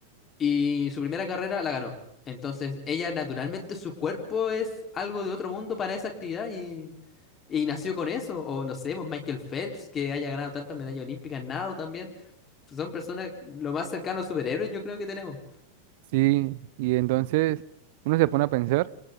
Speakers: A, on the left; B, on the right.
A: Y su primera carrera la ganó. Entonces, ella naturalmente, su cuerpo es algo de otro mundo para esa actividad y, y nació con eso. O no sé, pues Michael Phelps, que haya ganado tantas medallas olímpicas, nado también. Son personas lo más cercano a superhéroes yo creo que tenemos.
B: Sí, y entonces uno se pone a pensar